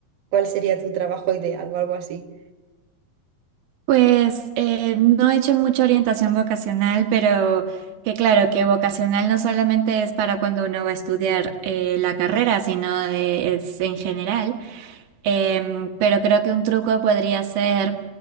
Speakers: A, on the right; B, on the right.
A: cuál sería tu trabajo ideal o algo así.
B: Pues eh, no he hecho mucha orientación vocacional, pero que claro, que vocacional no solamente es para cuando uno va a estudiar eh, la carrera, sino de- es en general. Em, pero creo que un truco podría ser